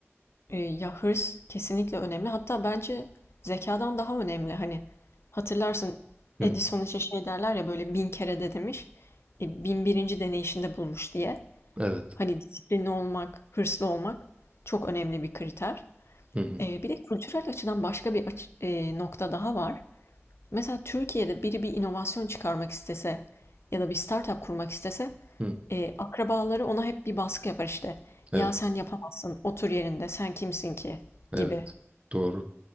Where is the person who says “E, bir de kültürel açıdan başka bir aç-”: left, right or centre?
Left